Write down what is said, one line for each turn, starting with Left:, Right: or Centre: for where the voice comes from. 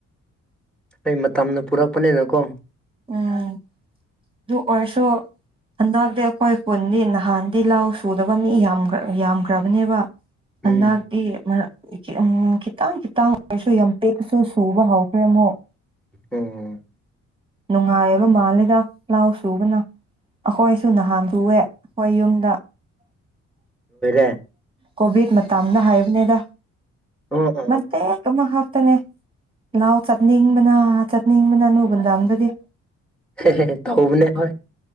Centre: ꯑꯩ ꯃꯇꯝꯅ ꯄꯨꯔꯛꯄꯅꯤꯅꯀꯣ
Right: ꯎꯝ ꯑꯗꯨ ꯑꯣꯁꯣ ꯑꯗꯗꯈꯣꯏ ꯀꯨꯟꯗꯤ ꯅꯍꯥꯟꯗꯤ ꯂꯥꯎ ꯁꯨꯗꯕ ꯃꯤ ꯌꯥꯝ ꯌꯥꯝꯈ꯭ꯔꯕꯅꯦꯕ ꯍꯗꯤ
Centre: ꯎꯝ
Right: ꯃ ꯎꯝ ꯈꯤꯇꯪ ꯈꯤꯇꯪ ꯑꯣꯏꯔꯁꯨ ꯌꯥꯝ ꯄꯦꯛꯄꯁꯨ ꯁꯨꯕ ꯍꯧꯈ꯭ꯔꯦ ꯑꯃꯨꯛ
Centre: ꯎꯝ
Right: ꯅꯨꯡꯉꯥꯏꯕ ꯃꯥꯜꯂꯦꯗ ꯂꯥꯎ ꯁꯨꯕꯅ ꯑꯩꯈꯣꯏꯁꯨ ꯅꯍꯥꯟ ꯁꯑꯦ ꯑꯩꯈꯣꯏ ꯌꯨꯝꯗ
Centre: ꯍ
Right: ꯀꯣꯕꯤꯠ ꯃꯇꯥꯝꯅ ꯍꯥꯏꯕꯅꯦꯗ
Centre: ꯑꯣ ꯑꯣ
Right: ꯃꯦ ꯀꯃ ꯍꯥꯥꯛꯇꯅꯦꯦ ꯂꯥꯎ ꯆꯠꯅꯤ ꯃꯅꯥ ꯆꯠ ꯅꯤꯡꯕꯅꯥꯅꯨꯕꯟꯗꯥꯝꯗꯗꯤ
Centre: ꯍ ꯇꯧꯕꯅꯦ ꯍꯣꯏ